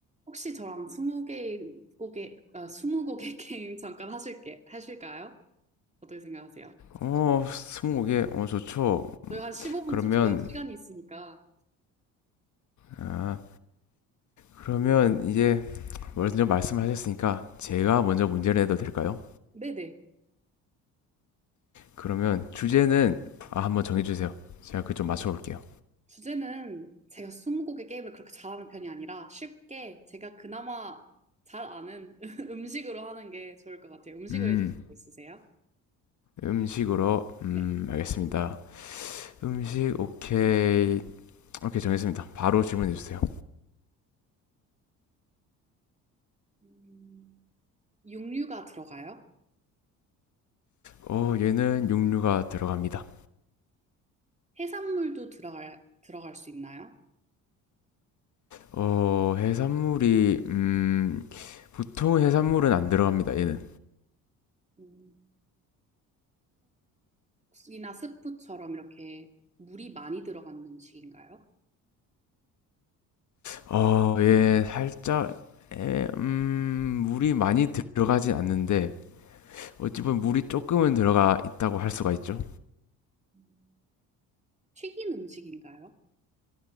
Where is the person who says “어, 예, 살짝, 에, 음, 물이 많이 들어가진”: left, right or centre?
Left